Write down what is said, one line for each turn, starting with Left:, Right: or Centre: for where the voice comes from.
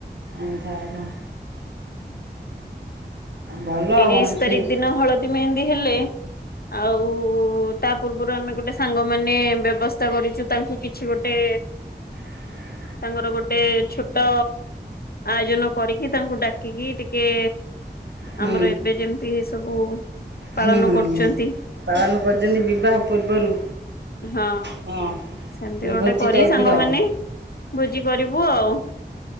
Right: ଆଚ୍ଛା ଆଚ୍ଛା। ଭଲ
Left: ତିରିଶ
Right: ଆଉ କଣ ସେଇ
Left: ତାରିଖ ଦିନ ହଳଦୀ ମେହେନ୍ଦି ହେଲେ ଆଉ ତା ପୂର୍ବରୁ ଆମେ ଗୋଟେ ସାଙ୍ଗମାନେ ବ୍ୟବସ୍ଥା କରିଚୁ। ତାଙ୍କୁ କିଛି ଗୋଟେ
Right: <inaudible>
Left: ତାଙ୍କର ଗୋଟେ ଛୋଟ ଆୟୋଜନ କରିକି ତାଙ୍କୁ ଡାକିକି ଟି କେ।
Right: ହୁଁ
Left: ଆମର ଏବେ ଯେମିତି ଏ ସବୁ ପାଳନ
Right: ହୁଁ ହୁଁ
Left: କରୁଛନ୍ତି
Right: ପାଳନ କରିଚନ୍ତି
Left: କିଛି
Right: ବିବାହ ପୂର୍ବରୁ?
Left: ହଁ
Right: ହଁ
Left: ସେମିତି ଗୋଟେ
Right: ଭୋଜି
Left: କରି
Right: ଟାଇପ
Left: ସାଙ୍ଗମାନେ
Right: ର
Left: ଭୋଜି କରିବୁ ଆଉ।